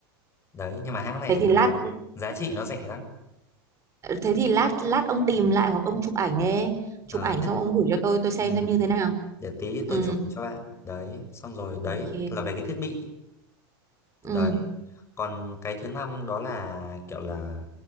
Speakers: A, on the left; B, on the right.
A: đấy nhưng mà hãng này
B: Thế thì
A: giá
B: lát
A: giá trị nó rẻ lắm
B: thế thì lát lát ông tìm lại hoặc ông chụp ảnh đi. Chụp
A: ờ
B: ảnh
A: thế
B: xong
A: để
B: ông gửi cho tôi tôi xem
A: ừ.
B: xem như thế nào.
A: để tí tôi
B: Ừ,
A: chụp cho bạn đấy xong rồi đấy
B: ok.
A: là về cái thiết bị
B: Ừ,
A: đấy còn cái thứ năm đó là kiểu là